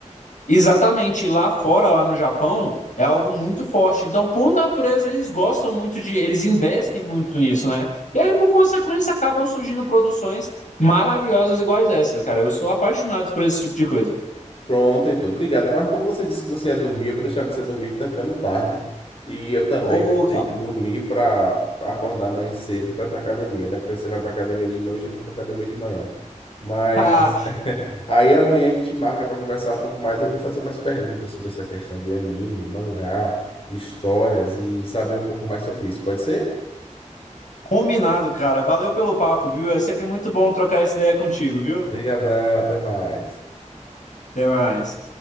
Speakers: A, on the left; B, on the left.
A: Exatamente, lá fora, lá no Japão, é algo muito forte. Então, por natureza, eles gostam muito de, eles investem muito nisso, né? E aí, por consequência, acabam surgindo produções maravilhosas iguais essa, cara. Eu sou apaixonado por esse tipo de coisa.
B: Pronto, Heitor, obrigado. Mas como você disse que você ia dormir, eu vou deixar você dormir, que tá ficando tarde. E eu também
A: Ô,
B: vou ter
A: cara,
B: que dormir para acordar amanhã cedo para ir para academia, né? Porque você vai para academia de noite, eu vou para academia de manhã. Mas
A: Ah,
B: Aí amanhã a gente marca para conversar um pouco mais. Eu vou fazer mais perguntas sobre essa questão de anime, mangá, histórias e saber um pouco mais sobre isso. Pode ser?
A: combinado, cara. Valeu pelo papo, viu? É sempre muito bom trocar essa ideia contigo, viu?
B: Obrigadão, até mais.
A: Até mais.